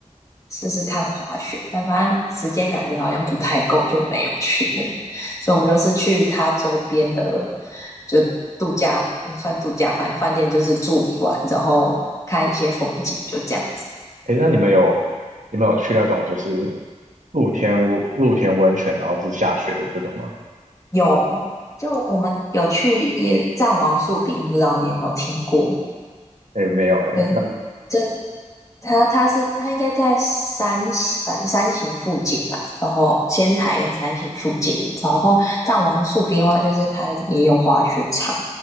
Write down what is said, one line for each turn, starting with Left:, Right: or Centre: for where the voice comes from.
Left: 试试看滑雪，但发现时间感觉好像不太够，就没有去了所以我们就是去它周边的就度假，嗯算度假饭饭店，就是住一晚然后看一些风景，就这样子。
Right: 诶，那你们有你们有去那种就是露天温露天温泉，然后是下雪的这种吗？
Left: 有，就我们有去也藏王树冰，不知道你有没有听过？
Right: 哎，没有哎，
Left: 嗯，
Right: 那
Left: 就他他是他应该在三星反正三型附近吧，然后仙台跟三型附近，然后藏王树冰的话，就是它也有滑雪场，